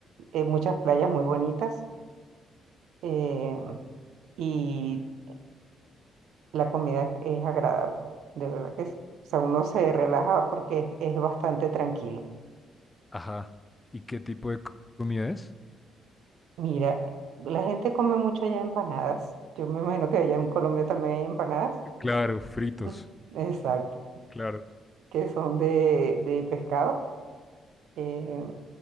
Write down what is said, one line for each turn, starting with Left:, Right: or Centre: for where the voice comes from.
Right: eh, muchas playas muy bonitas. eh, y la comida es, es agradable, de verdad que sí. O sea, uno se relaja porque es, es bastante tranquilo.
Left: Ajá. ¿Y qué tipo de co- comida es?
Right: Mira, la gente come mucho allá empanadas. Yo me imagino que allá en Colombia también hay empanadas.
Left: Claro, fritos.
Right: <laughs> Exacto,
Left: Claro.
Right: que son de, de pescado. eh,